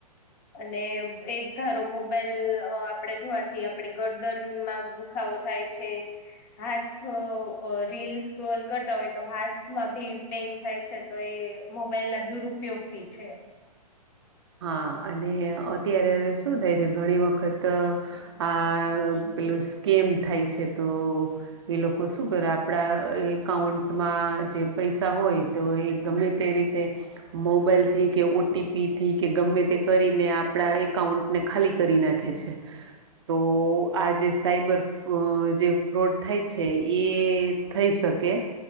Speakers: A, on the left; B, on the right.
A: અને એક ધારો મોબાઈલ આપણેે અ જોવાથી આપડી ગરદનમા દુખાવો થાય છે. હાથ અ રીલ સ્ક્રોલ કરતા હોય તો હાથમાં ભી પેઇન થાય છે તો એ મોબાઈલ ના દુરુપયોગ બી છે.
B: હા અને અત્યારે હવે શું થાય છે ઘણી વખત અ આ પેલું સ્કેમ થાય છે તો એ લોકો શું કરે આપ આપણા એકાઉન્ટમા જે પૈસા હોય તો એ ગમે તે રીતે મોબાઈલથી કે ઓટીપી થી કે ગમે તે કરીને આપણા એકાઉન્ટને ખાલી કરી નાખે છે. તો આ જે સાયબર ફ અ જે ફ્રોડ થાય છે એ થઈ શકે. કે.